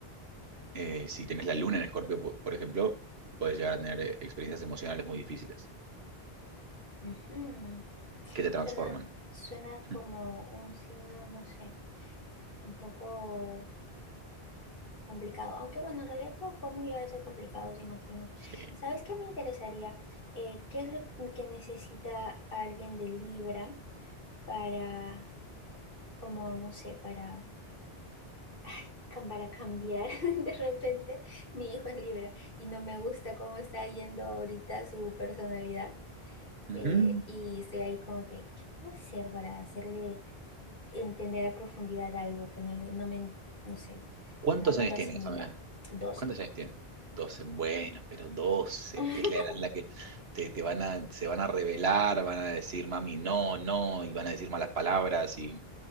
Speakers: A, on the right (about 75°); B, on the left (about 60°).
A: Eh, si tenés la luna en escorpio, po- por ejemplo, puedes llegar a tener eh, experiencias emocionales muy difíciles
B: Ujú.
A: que te transforman.
B: Suena, suena como
A: <laughs>
B: un signo, no sé, un poco complicado. Aunque bueno, en realidad todos podemos llegar a ser complicados, imagino.
A: Sí.
B: ¿Sabes qué me interesaría? Eh, ¿qué es lo que necesita alguien de Libra para, como, no sé, para, ay, cam- para cambiar? <laughs> De repente, mi hijo es Libra y no me gusta cómo está yendo ahorita su personalidad.
A: Ujú.
B: eh, y estoy ahí como que, ¿qué puedo hacer para hacerle? entender a profundidad algo que no le, no me, no sé,
A: ¿Cuántos
B: no me
A: años
B: lo asimila.
A: tienes? Déjame ver.
B: doce
A: ¿Cuántos años tienes? 12. Bueno, pero 12
B: <laughs>
A: es la edad en la que te, te van a, se van a rebelar, van a decir mami no, no, y van a decir malas palabras y